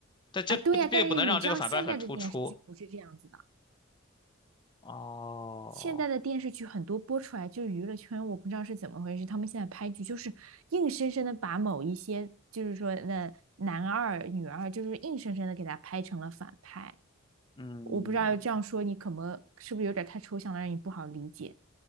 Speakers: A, on the left; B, on the right.
A: 但这不并不能让这个反派很突出。
B: 啊。对呀，但是你知道现在的电视剧不是这样子的。
A: 哦，
B: 现在的电视剧很多播出来就是娱乐圈，我不知道是怎么回事，他们现在拍剧就是硬生生的把某一些，就是说那男二、女二，就是硬生生的给他拍成了反派。
A: 嗯，
B: 我不知道这样说你可能是不是有点太抽象了，让你不好理解。